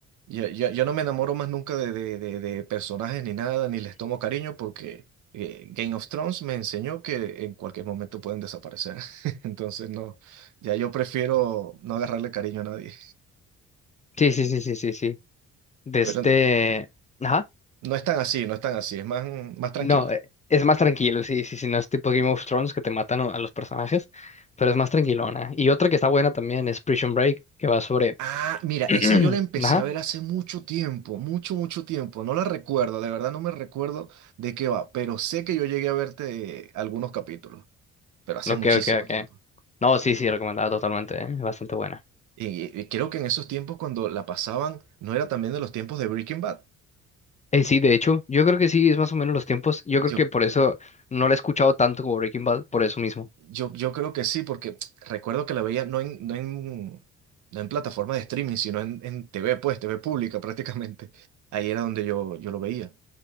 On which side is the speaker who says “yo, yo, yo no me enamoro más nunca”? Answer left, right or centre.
Right